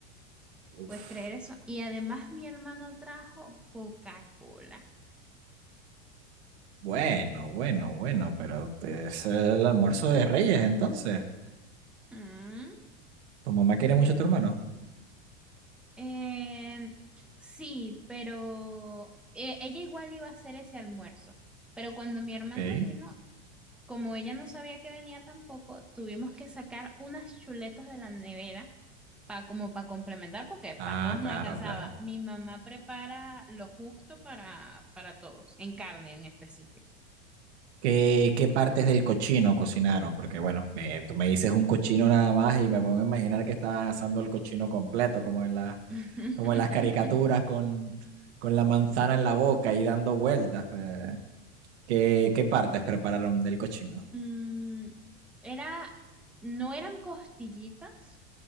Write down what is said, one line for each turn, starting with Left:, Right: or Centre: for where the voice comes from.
Right: Uf,
Centre: ¿Puedes creer eso? Y además mi hermano trajo Coca-Cola.
Right: bueno, bueno, bueno, pero es el almuerzo de Reyes, entonces.
Centre: Mm,
Right: ¿Tu mamá quiere mucho
Centre: ¿Te
Right: a tu hermano?
Centre: Em, sí, pero eh, ella igual iba a hacer ese almuerzo. Pero cuando mi hermano
Right: Ok.
Centre: vino, como ella no sabía que venía tampoco, tuvimos que sacar unas chuletas de la nevera para como para complementar, porque
Right: Ah,
Centre: para todos
Right: claro,
Centre: no alcanzaba.
Right: claro.
Centre: Mi mamá prepara lo justo para, para todos, en carne en específico.
Right: ¿Qué, qué partes del cochino cocinaron? Porque bueno, me- tú me dices un cochino nada más y me pongo a imaginar que estaban asando el cochino completo, como en las,
Centre: <laughs>
Right: como en las caricaturas con, con la manzana en la boca y dando vueltas. pues. ¿Qué, qué partes prepararon del cochino?
Centre: Mm, era, no eran costillitas,